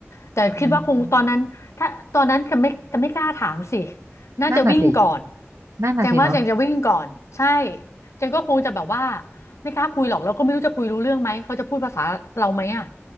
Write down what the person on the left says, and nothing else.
แต่คิดว่าคงตอนนั้นถ้าตอนนั้นจะไม่จะไม่กล้าถามสิ
น่าจะวิ่งก่อน
แจงว่าแจงจะวิ่งก่อนใช่แจงก็คงจะแบบว่า ไม่กล้าคุยหรอกแล้วก็ไม่รู้จะคุยรู้เรื่องไหมเขาจะพูดภาษาเราไหมอ่ะ